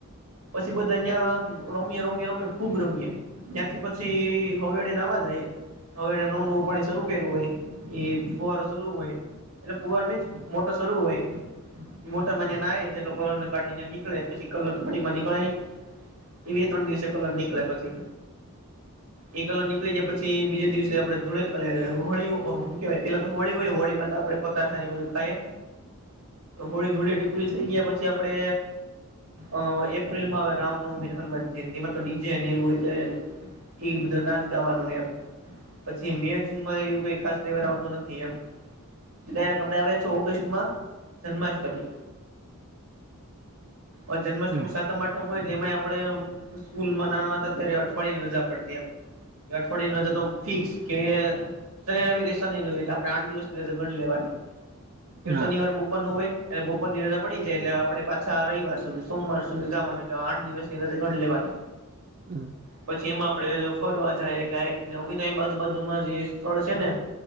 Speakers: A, on the right; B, on the right.
A: પછી બધા અહીયાં રમીએ-રમીએ-રમીએ ખુબ રમીએ. ન્યાંથી પછી હવેળે નહાવા જાઈએ. હવે એને નવું-નવું પાણી શરૂ કર્યું હોય, એ ફુવારો સલું હોય એટલે ફુવારો મીન્સ મોટર શરૂ હોય મોટર માં ન્યાં નાહી, જેટલો કલરને કાઢીને નીકળે, પછી કલર તો પાણી માં નીક <unintelligible> ઈ બે ત્રણ દિવસે કલર નીકળે પછી. એ કલર નીકળી જાય, પછી બીજા દિવસે આપડે ધૂળે એલે હોળી હું કેવાય પેલા તો હોળી હોય, હોળીમાં તો આપડે પ તાશા ને એ બધું ખાઈએ. હોળી ધૂળેટી પૂરી થઈ ગયા પછી આપડે, અહ એ એપ્રિલમાં આવે રામનવમીને, હનુમાન જયંતી, એમાં તો ડી જે ને એવું હોય <unintelligible> ઈ બદરીનાથ ગાવાનું ને એમ પછી મે, જૂન માં એવું કાઈ ખાસ તહેવાર આવતો નથી એમ. પછી ડાયરેક્ટ આપડે આવે છે ઓગસ્ટમાં, જન્માષ્ટમી. અ જન્માષ્ટમી
B: હા
A: સાથ સાતમ- આઠમ હોય એટલે એમાંય આપડે સ્કૂલમાં નાના હતા ત્યારે અઠવાડિયાની રજા પડતી એમ. એ અઠવાડિયાની રજા તો ફિક્સ, કે શનિ-રવીથી, શનિ-રવી એટલે આપણે આઠ દિવસ ની રજા ગણી લેવાની. એ
B: હા
A: શનિવાર બપોરનું હોય, અને બપોર ની રજા પડી જાય એટલે આપડે પાછા રઈવાર સુધી, સોમવાર સુધી જાવાની, એટલે આઠ દિવસ ની રજા ગણ લેવાની
B: હમ્મ.
A: પછી એમાં આપડે ફરવા જાયએ કાઇક, ને અમે તો અહિયાં આજુબાજુમાં જે સ્થળ છે ને